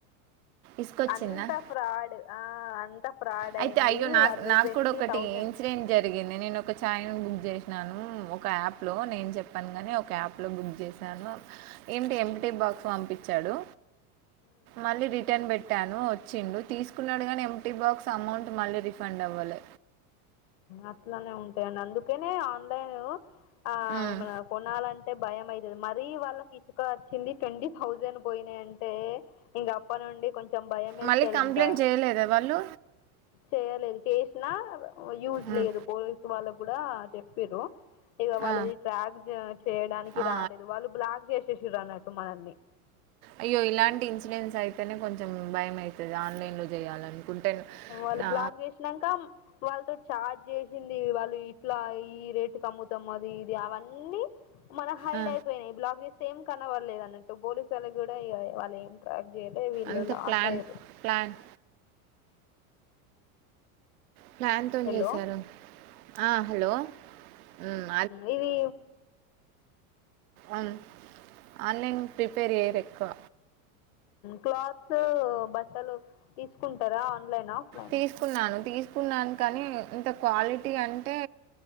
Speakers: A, on the right; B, on the left.
A: ఇసుకొచ్చిందా
B: అంత ఫ్రాడ్ ఆ అంత ఫ్రాడ్
A: అయితే
B: అయింది
A: అయ్యో నా
B: వాళ్ళు
A: నాకు
B: ట్వంటీ
A: కూడా ఒకటి
B: థౌజండ్
A: ఇన్సిడెంట్ జరిగింది నేను ఒక ఛాయ బుక్ చేసినాను ఒక యాప్ లో నేను చెప్పాను కాని ఒక యాప్ లో బుక్ చేసాను ఏంటి ఏమి టి బాక్స్ పంపించాడు మళ్ళీ రిటర్న్ పెట్టాను వచ్చిండు తీసుకున్నాడుగాని ఎమ్టి బాక్స్ మౌంట్ మళ్ళీ రిఫండ్ అవ్వాలి
B: అట్లానే ఉంటాయండి అందుకేనే ఆన్లైను ఆ
A: ఉమ్.
B: ఏమనా కొనాలంట టే భయం అయితుది మరీ వాళ్ళకి ఇటుక వచ్చింది ట్వంటీ థౌజండ్ పోయినాయి అంటే ఇంక అప్ప నుండి కొంచెం భయం వేస్తది
A: మళ్ళీ కంప్లైంట్
B: ఇంకా
A: చేయలేదా వాళ్ళు
B: చేయలేదు చేసినా యూజ్
A: ఉమ్.
B: లేదు పోలీసు వాళ్ళ కూడా చెప్పిరు ఇక వాళ్ళది
A: ఆ.
B: ట్రాక్ చేయ చేయడానికి
A: ఆ.
B: రాలేదు వాళ్ళు బ్లాక్ చేసేసిరు అన్నట్టు మనల్ని
A: అయ్యో ఇలాంటి ఇన్సిడెంట్స్ అయితేనే కొంచెం భయమైతుంది ఆన్లైన్ లో చేయాలనుకుంటే
B: వాళ్ళు
A: నా
B: బ్లాక చేసినాక వాళ్ళతో చాట్ చేసింది వాళ్ళు ఇట్లా ఈ రేట్ కమ్ముతాం అది ఇది అవన్నీ మళ్ళా హైడ్
A: ఆ.
B: అయిపోయినాయి బ్లాక్ చేస్తే ఏం కనవల్లేద్ అన్నట్టు పోలీసు వాళ్ళకి కూడా వాళ్ళు ఏం ట జేడేవీల్లు
A: అంత
B: లాసయ్యిరు
A: ప్లాన్ ప్లాన్ ప్లాన్ తోన్
B: హలో
A: చేసారు ఆ హలో ఉమ్
B: ఊ ఇది
A: ఆన్ ఆన్లైన్ ప్రిఫర్ చేయరెక్కువ
B: క్లాత్స్ బట్టలు తీసుకుంటారా ఆన్లైన్ ఆఫ్లైన్
A: తీసుకున్నాను తీసుకున్నాను కానీ ఇంత క్వాలిటీ అంటే